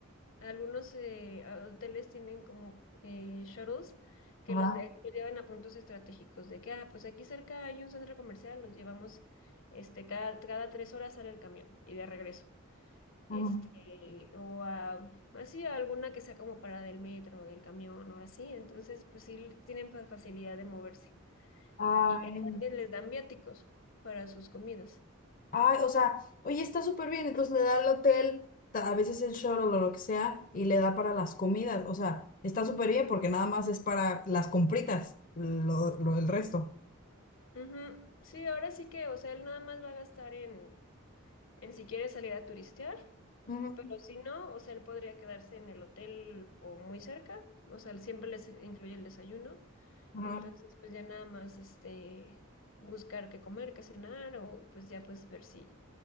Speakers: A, on the left (about 75°); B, on the left (about 40°).
A: Algunos eh, a- hoteles tienen como eh, shuttles que
B: Ajá,
A: los, de- los llevan a puntos estratégicos de que, ah, pues aquí cerca hay un centro comercial, los llevamos, este, cada, cada tres horas sale el camión y de regreso.
B: ajá.
A: Este, o a, así a alguna que sea como parada del metro o del camión, ahora sí. Entonces, pues sí tienen fa- facilidad de moverse.
B: Ay,
A: Y aparte les dan viáticos para sus comidas.
B: ay, o sea, oye, está súper bien, entonces le da el hotel, ta- a veces el shuttle o lo que sea, y le da para las comidas, o sea, está súper bien porque nada más es para las compritas, lo, lo, el resto.
A: Ujú. Sí, ahora sí que, o sea, él nada más va a gastar en, en si quiere salir a turistear.
B: Ujú,
A: Pero si no, o sea, él podría quedarse en el hotel o muy cerca, o sea, él siempre les incluye el desayuno,
B: Ajá,
A: entonces pues ya nada más este buscar qué comer, qué cenar o pues ya pues ver si